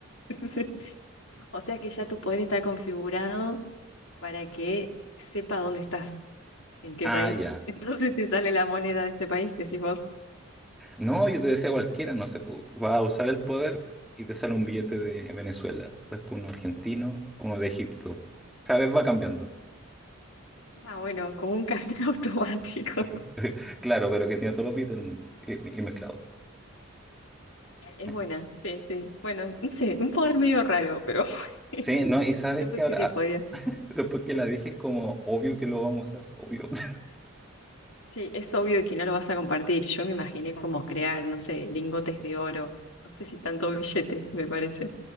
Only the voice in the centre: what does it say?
Ah,
ya.
No, yo te decía cualquiera, no sé, pu- vas a usar el poder y te sale un billete de Venezuela, después uno argentino, uno de Egipto. Cada vez va cambiando.
<laughs> Claro, pero que tiene todos los beats del mundo y, y mezclado.
¿eh?
Sí, no, y sabes
que ahora,
ah, después que la dije, es como obvio que lo vamos a usar, obvio. <laughs>